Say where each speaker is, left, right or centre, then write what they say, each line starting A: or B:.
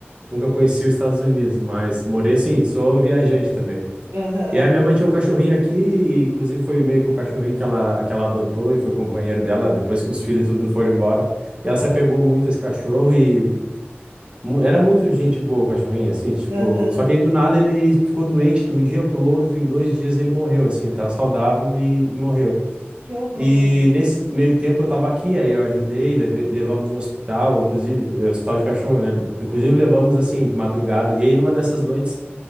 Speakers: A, on the right; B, on the right.
A: Nunca conheci os Estados Unidos, mas morei assim, sou viajante também.
B: aham,
A: E aí, minha mãe tinha um cachorrinho aqui, e inclusive foi meio que o cachorrinho que ela, que ela adotou e foi companheiro dela depois que os filhos tudo foram embora. E ela se apegou muito a esse cachorro e mu- era muito gente boa o cachorrinho, assim, tipo.
B: aham.
A: Só que aí do nada ele ficou doente de um dia pro outro, em dois dias ele morreu, assim, ele tava saudável e, e morreu.
B: Que horror.
A: E nesse meio tempo eu tava aqui, aí eu ajudei, leve- levamos no hospital, inclusive, é, hospital de cachorro, né? Inclusive levamos assim, de madrugada. E aí numa dessas noites.